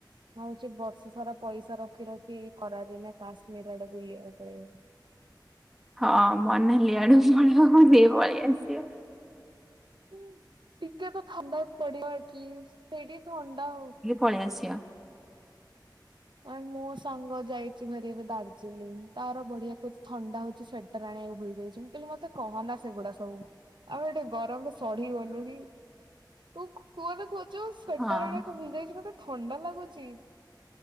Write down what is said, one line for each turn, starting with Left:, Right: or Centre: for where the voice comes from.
Right: ହଉଛି ବର୍ଷେ ସାରା ପଇସା ରଖି ରଖି ଖରା ଦିନେ କାଶ୍ମୀର ଆଡେ ବୁଲିବା ପାଇଁ।
Centre: ହଁ ମନାଲି ଆଡେ ପଳାଅ ବୁଲିକି ପଳି ଆସିବେ।
Right: ହୁଁ, ଟିକେ ତ ଥଣ୍ଡା ପଡିବ ଆଟଲିଷ୍ଟ ସେଇଠି ଥଣ୍ଡା ହଉ।
Centre: ପଳି ଆସିବ।
Right: ଆଏ ମୋ ସାଙ୍ଗ ଯାଇଛି ଭାରି ଏବେ ଦାର୍ଜିଲିଂ ତାର ବଢିଆ କହୁଛି ଥଣ୍ଡା ହଉଛି ସା ଟର ଆଣିବାକୁ ଭୁଲଯାଇଛି, ମୁଁ କହିଲି ମୋତେ କହନା ସେଗୁଡା ସବୁ ଆଉ ଏଠି ଗରମ <unintelligible> ସଢି ଗଲୁଣି, ତୁ ମୋର ଖୋଜୁ ସ୍ଵେଟର୍
Centre: ହଁ
Right: ଆଣିବାକୁ ଭୁଲି ଯାଇଛି ମୋତେ ଥଣ୍ଡା ଲାଗୁଚି।